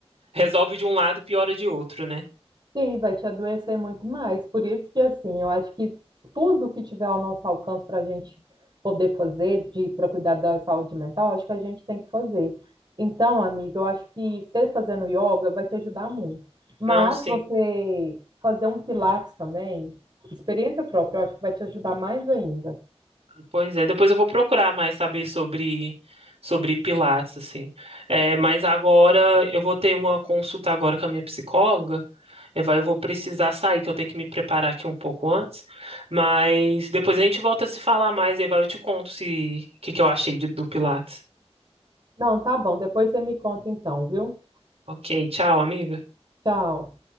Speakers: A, on the right; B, on the right.
A: resolve de um lado e piora de outro, né?
B: Sim, vai te adoecer muito mais. Por isso que, assim, eu acho que tudo que tiver ao nosso alcance para a gente poder fazer de para cuidar da saúde mental, acho que a gente tem que fazer. Então, amiga, eu acho que você fazendo yoga vai te ajudar muito. Mas
A: Não, sim.
B: você fazer um pilates também, experiência própria, eu acho que vai te ajudar mais ainda.
A: Pois é, depois eu vou procurar mais saber sobre sobre Pilates, assim. É, mas agora eu vou ter uma consulta agora com a minha psicóloga. Eu vai- eu vou precisar sair, que eu tenho que me preparar aqui um pouco antes. Mas depois a gente volta a se falar mais, aí vai, eu te conto se o que, que eu achei de- do Pilates.
B: Não, tá bom. Depois você me conta então, viu?
A: Ok, tchau, amiga.
B: Tchau.